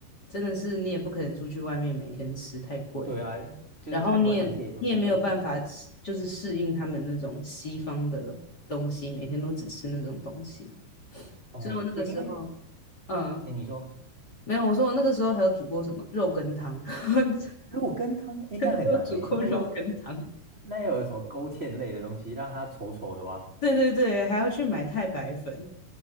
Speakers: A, on the left; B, on the right.
A: 真的是你也不可能出去外面每天吃，太贵了，
B: 对啊，就是餐馆那些也都太贵了
A: 然后你也你也没有办法适就是适应他们那种西方的东西，每天都只吃那种东西，
B: 哦，
A: 所以我那个时候，
B: 对，因为
A: 嗯，
B: 哎，你说
A: 没有，我说我那个时候还有煮过什么肉羹汤。<laughs>
B: 肉羹汤，哎，
A: <laughs>
B: 那很难呢，
A: 我有煮过肉羹汤。
B: 那要那要有什么勾芡类的东西，让它稠稠的哇。
A: 对对对，还要去买太白粉，